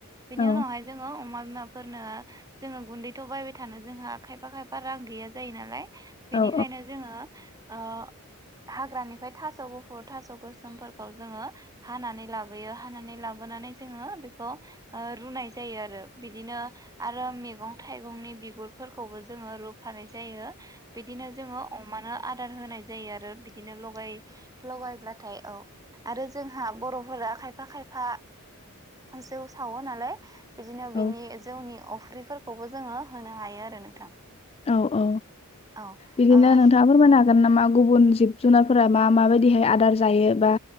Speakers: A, on the right (about 15°); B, on the left (about 25°).
A: बेनि
B: औ
A: उनावहाय जोङो अमा बिमाफोरनो जोङो गुन्दैथ' बायबाय थानो जोंहा खायफा खायफा रां गैया जायो नालाय बेनिखायनो
B: औ
A: जोङो। ओ हाग्रानिफ्राय थास' गुफुर थास' गोसोमफोरखौ जोङो हानानै लाबोयो हानानै लाबोनानै जोङो बेखौ ओ रुनाय जायो आरो बिदिनो आरो मैगं थाइगंनि बिगुरफोरखौबो जोङो रुफानाय जायो। बिदिनो जोङो अमा नो आदार होनाय जायो आरो बिदिनो लगाय लगायब्लाथाय औ। आरो जोंहा बर'फोरा खायफा खायफा खायफा जौ सावो नालाय बिदिनो
B: औ
A: बिनि जौनि अफ अफ्रि फोरखौबो जोङो होनो हायो आरो नोंथां।
B: औ औ
A: औ
B: बिदिनो
A: ओ
B: नोंथाङा फोरमायनो हागोन नामा गुबुन जिब जुनारफोरा मा माबायदिहाय आदार जायो बा